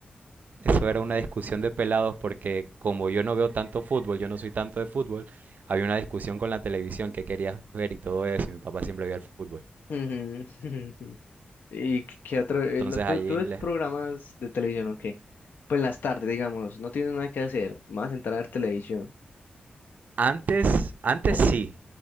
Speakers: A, on the right; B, on the left.
A: eso era una discusión de pelados porque como yo no veo tanto fútbol, yo no soy tanto de fútbol, había una discusión con la televisión que querías ver y todo eso, y mi papá siempre veía el fútbol.
B: Ujú, <laughs> ¿Y qué qué otro? eh,
A: Entonces
B: no, ¿Tú,
A: allí
B: tú ves
A: les...
B: programas de televisión o qué? Pues en las tardes, digamos, no tienes nada que hacer, más entrar a ver televisión.
A: Antes, antes
B: O-
A: sí.